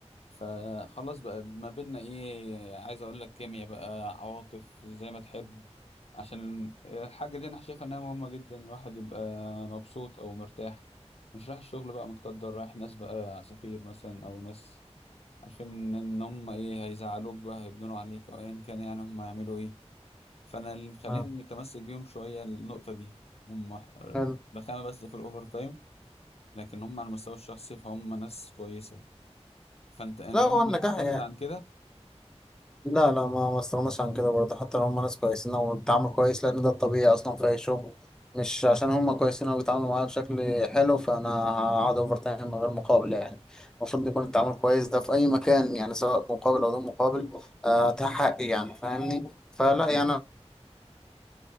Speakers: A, on the left; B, in the centre.
A: فخلاص بقى ما بينا ايه عايز اقول لك كيمياء بقى عواطف زي ما تحب عشان الحاجة دي انا شايفها انها مهمة جدا الواحد يبقى مبسوط او مرتاح مش رايح الشغل بقى متقدر رايح ناس بقى عصافير مثلا او ناس عارفين ان هم ايه هيزعلوك بقى هيبنوا عليك او ايا كان يعني هم هيعملوا ايه فانا اللي مخليني
B: اه
A: متمسك بيهم شوية النقطة دي هم
B: حلو.
A: رخامة بس في الاوفر تايم لكن هم على المستوى الشخصي فهم ناس كويسة فانت انت
B: لا هو
A: ممكن
B: النجاح
A: تستغنى
B: يعني
A: عن كده
B: لا لا ما ما استغناش عن كده برضه حتى لو هم ناس كويسين او بيتعاملوا كويس لان ده الطبيعي اصلا في اي شغل مش عشان هم كويسين او بيتعاملوا معايا بشكل حلو فانا هقعد اوفر تايم من غير مقابل يعني المفروض يكون التعامل كويس ده في اي مكان يعني سواء مقابل او دون مقابل آه، ده حقي يعني فاهمني فلا
A: اه
B: يعني